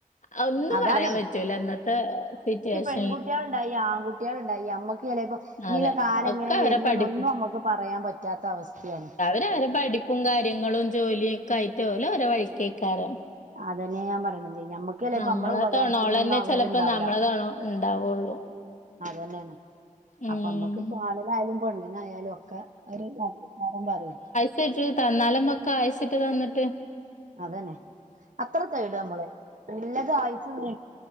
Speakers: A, on the left (about 65°); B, on the right (about 65°).
A: അഒന്നും
B: അതാണ്
A: പറയാൻ പറ്റൂല ഇന്നത്തെ സിറ്റുവേശ്
B: പെൺകുട്ടികൾ ഇണ്ടായി ആൺകുട്ടികൾ ഇണ്ടായി അമ്മക്ക് ചിലെപ്പം ഇനിലെ
A: അതെ.
B: കാല
A: ഒക്കെ
B: എങ്ങനെയ
A: അവരെ
B: വര്ന്നെന്നൊന്നും
A: പഠിപ്പ്
B: അമ്മക്ക് പറയാൻ പറ്റാത്ത അവസ്ഥയാണ്
A: അഹ നിവരെ പഠിപ്പും കാര്യങ്ങളും ജോലിയും ഒക്കെ ആയിട്ട് ഓല അവര വര കേക്കാരം
B: അതന്നെ ഞാൻ പറയണത് ഞമ്മക്ക് ക്കെല്ലേ
A: നമ്മളെ
B: ഇപ്പം മ്മള ഉപകാരത്തിനൊന്നും
A: തൊണോളന്നെ
B: അവരുണ്ടാവൂല
A: ചെലപ്പോ നമ്മളെ തൊണ ഇണ്ടാവുള്ളൂ.
B: അതന്നെയാണ്
A: ഉം.
B: അപ്പമ്മക്ക് ആണിനായാലും പെണ്ണിനായാലും ഒ ക്കെ ഒരു <unintelligible> കാരം പറയും
A: <unintelligible> തന്നാല് മ്പക്ക ആയ്സ്ട്ട് തന്നിട്ട്
B: അതന്നെ അത്ര തേട മ്മള് ഇള്ളത് ആയസ്സ് നീ